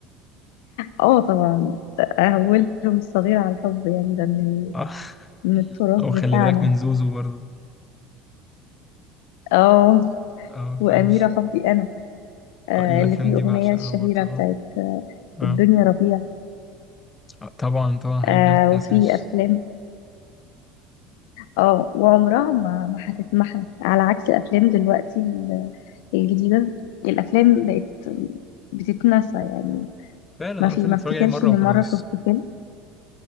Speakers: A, on the left; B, on the left.
A: اه طبعا اولهم الصغير على الحب يعني ده من ال...
B: اه <laughs>
A: من التراث
B: او
A: بتاعنا
B: خلي بالك من زوزو برضو
A: اه
B: اه
A: واميرة
B: فاهم
A: حبي انا آه
B: آه، الافلام
A: اللي فيه
B: دي
A: اغنية
B: بعشقها
A: الشهيرة
B: برضو اه
A: بتاعت
B: اه
A: الدنيا ربيع
B: آه، طبعا طبعا الحاجات
A: آه
B: دي ما بتتنساش
A: وفي افلام اه وعمرها ما ما هتتمحى على عكس الافلام دلوقتي ال- الجديده الافلام بقت بتتنسى يعني
B: فعلا
A: ما
B: اه
A: في
B: الفيلم
A: ما
B: اتفرج
A: افتكرش
B: عليه مره
A: اني
B: وخلاص
A: مره شفت فيلم